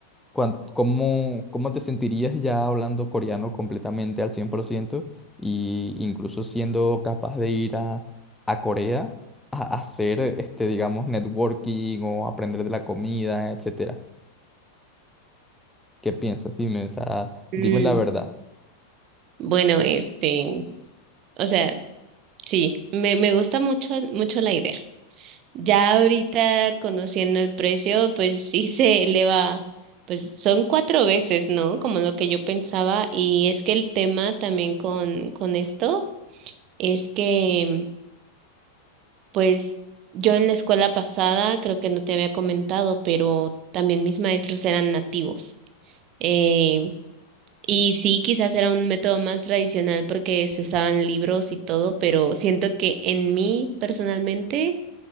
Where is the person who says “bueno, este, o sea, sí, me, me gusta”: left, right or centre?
Right